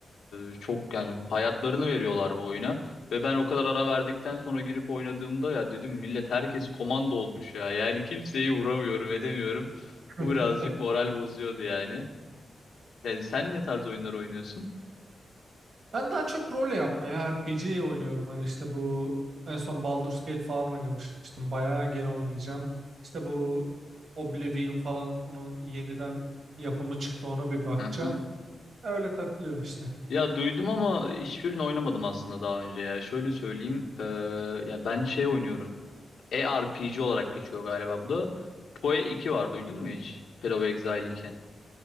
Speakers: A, on the left; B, on the right.
A: e, çok yani hayatlarını veriyorlar bu oyuna. Ve ben o kadar ara verdikten sonra girip oynadığımda ya dedim millet herkes komando olmuş ya. Yani <laughs> kimseyi vuramıyorum edemiyorum.
B: <laughs>
A: Bu birazcık moral bozuyordu yani. Yani sen ne tarz oyunlar oynuyorsun?
B: Ben daha çok role yapmaya RPG oynuyorum. Hani işte bu en son Baldur's Gate falan oynamıştım. Bayağı gene oynayacağım. İşte bu Oblivion falan onun yeniden yapımı çıktı ona bir bakacağım.
A: <laughs>
B: Öyle takılıyorum işte.
A: Ya duydum ama hiçbirini oynamadım aslında daha önce ya. Şöyle söyleyeyim. eee, ya ben şey oynuyorum. E-RPG R P G olarak geçiyor galiba bu da. PoE 2 var duydun mu hiç? Path of Exile 2.